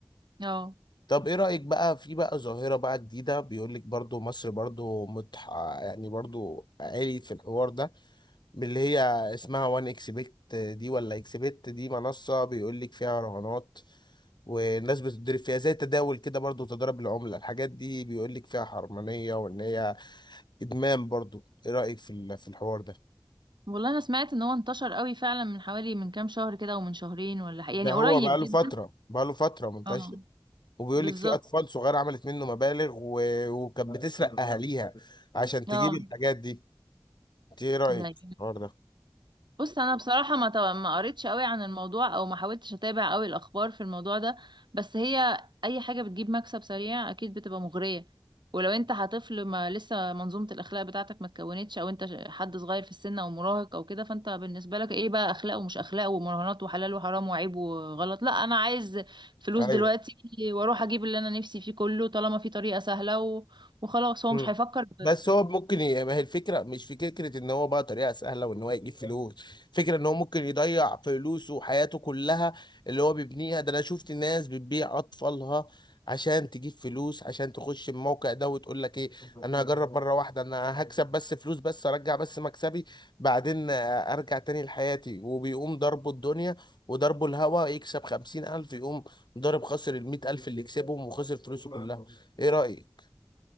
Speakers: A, on the right (about 75°); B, on the left (about 70°).
A: اه
B: طب ايه رأيك بقى في بقى ظاهرة بقى جديدة بيقول لك برضو مصر برضو متح... يعني برضو عالي في الحوار ده باللي هي اسمها وان اكس بت دي ولا اكس بت دي منصة بيقول لك فيها رهانات والناس بتضرب فيها زي تداول كده برضو تضارب العملة الحاجات دي بيقول لك فيها حرمانية وان هي ادمان برضو ايه رأيك في ال- في الحوار ده
A: والله انا سمعت ان هو انتشر قوي فعلا من حوالي من كام شهر كده ومن شهرين ولا ح- يعني
B: ده
A: قريب
B: هو بقاله
A: جدا
B: فترة بقاله فترة منتشر
A: اه
B: وبيقول
A: بالظبط
B: لك في اطفال صغيرة عملت منه مبالغ و... وكانت بتسرق اهاليها عشان تجيب
A: اه
B: الحاجات دي انت ايه رأيك
A: لا
B: في الحوار ده
A: بص انا بصراحه ما تو- ما قريتش قوي عن الموضوع او ما حاولتش اتابع قوي الاخبار في الموضوع ده بس هي اي حاجه بتجيب مكسب سريع اكيد بتبقى مغريه ولو انت هطفل ما لسه منظومه الاخلاق بتاعتك ما اتكونتش او انت ش- حد صغير في السن او مراهق او كده فانت بالنسبه لك ايه بقى اخلاق ومش اخلاق ومراهنات وحلال وحرام وعيب وغلط لا انا عايز فلوس
B: ايوه
A: دلوقتي واروح اجيب اللي انا نفسي فيه كله طالما في طريقه سهله و... وخلاص هو
B: مم.
A: مش هيفكر
B: بس هو ممكن ي- ما هي الفكره مش في فكره ان هو بقى طريقه سهله وان هو يجيب فلوس فكره ان هو ممكن يضيع فلوسه وحياته كلها اللي هو بيبنيها ده انا شفت ناس بتبيع اطفالها عشان تجيب فلوس عشان تخش الموقع ده وتقول لك ايه انا هجرب مره واحده انا هكسب بس فلوس بس ارجع بس مكسبي بعدين آه، ارجع تاني لحياتي وبيقوم ضربه الدنيا وضربه الهوا يكسب خمسين الف يقوم ضارب خسر المئة الف اللي كسبهم وخسر فلوسه كلها ايه رأيك